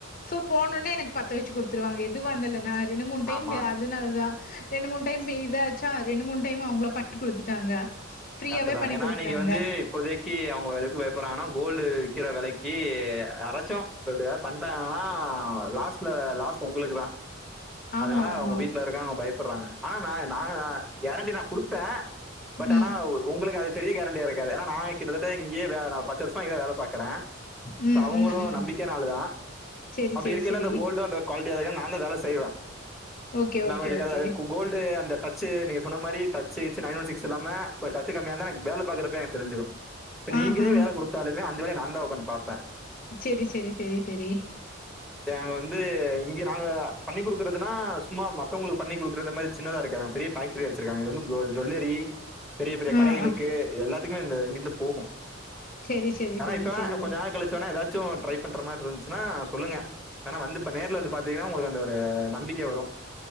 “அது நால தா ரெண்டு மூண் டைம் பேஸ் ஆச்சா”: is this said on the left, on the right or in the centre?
Left